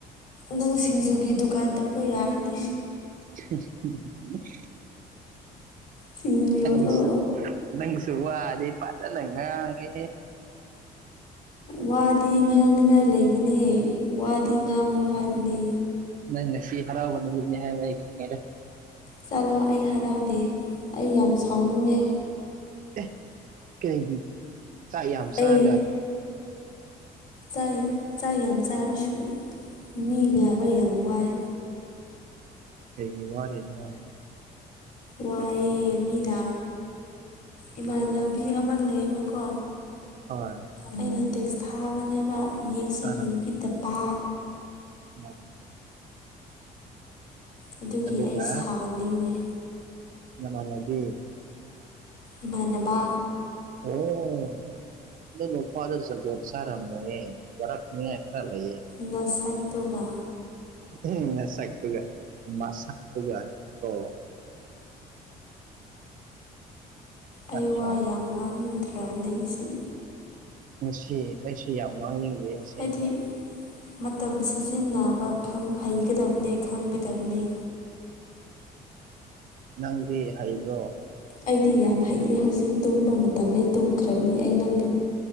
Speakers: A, on the left; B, on the right.
A: ꯅꯪ ꯁꯤꯡꯖꯨꯒꯤ ꯗꯨꯀꯥꯟ ꯇꯧꯕ ꯌꯥꯔꯅꯤ
B: <unintelligible>
A: ꯁꯤꯡꯖꯨ
B: ꯅꯪꯒꯤꯁꯨ
A: ꯌꯣꯜꯂꯣ
B: ꯅꯪꯒꯤꯁꯨ ꯋꯥꯗꯤ ꯐꯖꯅ ꯉꯥꯡꯉꯦꯍꯦ
A: ꯋꯥꯗꯤ ꯉꯥꯡꯅꯤꯡꯉꯥꯏ ꯂꯩꯕꯅꯦ ꯋꯥꯗꯤ ꯉꯥꯡꯉꯣ ꯍꯥꯏꯕꯅꯦ
B: ꯅꯪ ꯉꯁꯤ ꯍꯔꯥꯎꯕ ꯅꯨꯃꯤꯠꯅꯦ ꯍꯥꯢꯕ ꯑꯩ ꯈꯪꯉꯦꯗ
A: ꯆꯠꯂꯣ ꯑꯩ ꯍꯔꯥꯎꯗꯦ ꯑꯩ ꯌꯥꯝ ꯁꯥꯎꯅꯤꯡꯉꯦ
B: ꯑꯦ ꯀꯩꯒꯤ ꯆꯥꯛ ꯌꯥꯝ ꯆꯥꯔꯒ
A: ꯑꯩ ꯆꯥꯛ ꯆꯥꯛ ꯌꯥꯝ ꯆꯥꯔꯁꯨ ꯃꯤ ꯉꯥꯏꯕ ꯌꯥꯝ ꯋꯥꯏ
B: ꯀꯩꯒꯤ ꯋꯥꯔꯤꯅꯣ
A: ꯋꯥꯏꯌꯦ ꯃꯤꯅ ꯏꯃꯥꯟꯅꯕꯤ ꯑꯃ ꯂꯩꯌꯦꯕꯥꯀꯣ
B: ꯍꯣꯏ
A: ꯑꯩꯅ ꯇꯦꯛꯁ ꯊꯥꯕꯅꯦꯕ ꯌꯦꯡꯁꯨ
B: ꯑꯥ
A: ꯌꯦꯡꯕꯤꯗꯕ
B: ꯑꯣ
A: ꯑꯗꯨꯒꯤ
B: ꯑꯗꯨꯒ
A: ꯑꯩ ꯁꯥꯎꯅꯤꯡꯉꯦ
B: ꯅꯃꯥꯟꯅꯕꯤ
A: ꯏꯃꯥꯟꯅꯕ
B: ꯑꯣ ꯑꯗꯨ ꯅꯨꯄꯥꯗꯣ ꯖꯨꯒꯣꯠ ꯆꯥꯔꯝꯃꯣꯢꯌꯦ ꯋꯥꯔꯛꯅꯤꯉꯥꯢ ꯈꯔ ꯂꯩꯌꯦ
A: ꯅꯁꯛꯇꯨꯒ
B: ꯎꯝ ꯅꯁꯛꯇꯨꯒ ꯃꯁꯛꯇꯨꯒ ꯀꯣ ꯅꯠꯇ꯭ꯔꯣ
A: ꯑꯩ ꯋꯥ ꯌꯥꯝ ꯉꯥꯡꯅꯤꯡꯗ꯭ꯔꯕꯅꯦ ꯉꯁꯤ
B: ꯉꯁꯤ ꯑꯩꯁꯨ ꯌꯥꯝ ꯉꯥꯡꯅꯤꯡꯗꯦ ꯑꯁꯦꯡꯕ
A: ꯍꯥꯏꯗꯤ ꯃꯇꯝ ꯁꯤꯖꯤꯟꯅꯕ ꯈꯥꯪ ꯍꯩꯒꯗꯕꯅꯤ ꯈꯪꯒꯗꯕꯅꯦ
B: ꯅꯪꯗꯤ ꯍꯩꯕ꯭ꯔꯣ
A: ꯑꯩꯗꯤ ꯌꯥꯝ ꯍꯩꯌꯦ ꯍꯧꯖꯤꯛ ꯇꯨꯝꯕ ꯃꯇꯝꯅꯤ ꯇꯨꯝꯈ꯭ꯔꯅꯤ ꯑꯩ ꯅꯪꯕꯨ